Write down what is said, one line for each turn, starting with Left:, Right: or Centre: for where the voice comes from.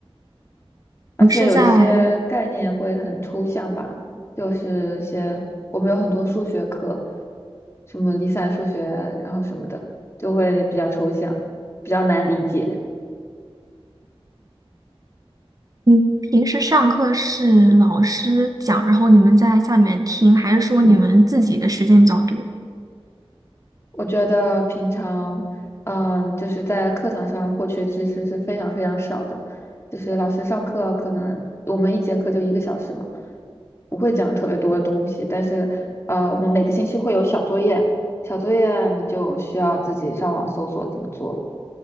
Left: 而且有一些概念会很抽象吧，
Right: 我是在，
Left: 就是一些我们有很多数学课，什么离散数学，然后什么的，就会比较抽象，比较难理解。
Right: 你平时上课是老师讲，然后你们在下面听，还是说你们自己的时间比较多？
Left: 我觉得平常，嗯，就是在课堂上获取知识是非常非常少的，就是老师上课可能我们一节课就一个小时嘛，不会讲特别多的东西，但是，呃，我们每个星期会有小作业，小作业你就需要自己上网搜索怎么做了，